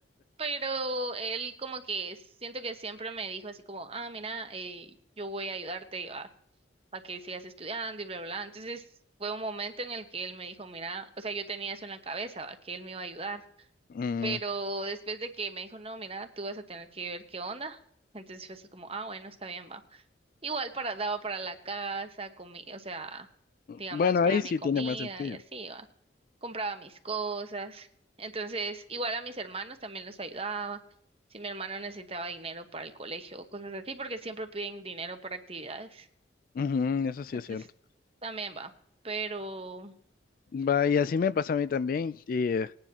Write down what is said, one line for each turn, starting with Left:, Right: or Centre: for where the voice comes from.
Right: pero él como que siento que siempre me dijo así como, ah, mira, eh, yo voy a ayudarte a, a que sigas estudiando y bla, bla, bla. Entonces fue un momento en el que él me dijo, mira, o sea, yo tenía eso en la cabeza, ¿va? que él me iba a ayudar.
Left: Mm,
Right: Pero después de que me dijo, no, mira, tú vas a tener que ver qué onda. Entonces fue así como, ah, bueno, está bien, va. Igual para, daba para la casa, comida, o sea, digamos,
Left: bueno,
Right: para
Left: ahí
Right: mi
Left: sí
Right: comida
Left: tiene más sentido.
Right: y así, ¿va? compraba mis cosas. Entonces, igual a mis hermanos también les ayudaba. Si mi hermano necesitaba dinero para el colegio o cosas así, porque siempre piden dinero para actividades.
Left: Ujú, eso sí
Right: Entonces,
Left: es cierto.
Right: también va. Pero,
Left: Va, y así me pasa a mí también. Y eh,